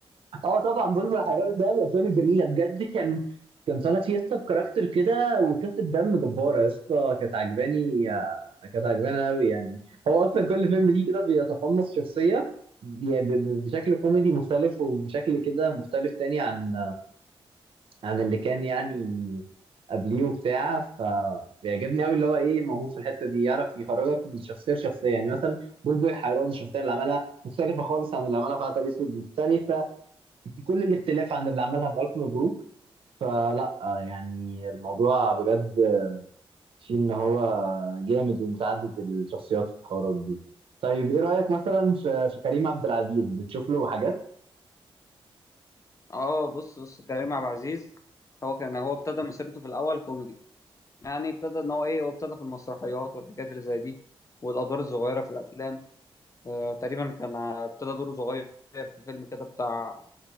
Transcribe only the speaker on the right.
اه طبعا بلبل حيران ده من الافلام الجميله بجد كان كان طالع فيه يا اسطى بكاركتر كده وخفه دم جباره يا اسطى كانت عجباني آه، كانت عجباني قوي يعني هو اصلا كل فيلم ليه كده بيتقمص شخصيه يعني ب- ب- بشكل كوميدي مختلف وبشكل كده مختلف تاني عن عن اللي كان يعني قبليه وبتاع فبيعجبني قوي اللي هو ايه موهوب في الحته دي يعرف يخرجك من شخصيه لشخصيه يعني مثلا بلبل حيران الشخصيه اللي عملها مختلفه خالص عن اللي عملها في عسل اسود مختلفه كل الاختلاف عن اللي عملها في ألف مبروك فلا آه، يعني الموضوع بجد فيه إن هو جامد ومتعدد الشخصيات والحوارات دي طيب إيه رأيك مثلا في في كريم عبد العزيز بتشوف له حاجات؟